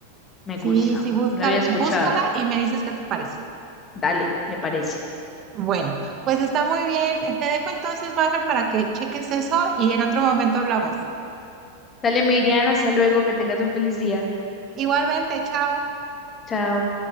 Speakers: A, on the left (about 20°); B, on the right (about 30°).
A: Me
B: Sí,
A: gusta.
B: sí, búscala,
A: No la había escuchado.
B: búscala y me dices qué te parece.
A: Dale, me parece.
B: Bueno, pues está muy bien. Te dejo entonces, Maffer, para que cheques eso y en otro momento hablamos.
A: Dale, Miriam, hasta luego, que tengas un feliz día.
B: Igualmente, chao.
A: Chao.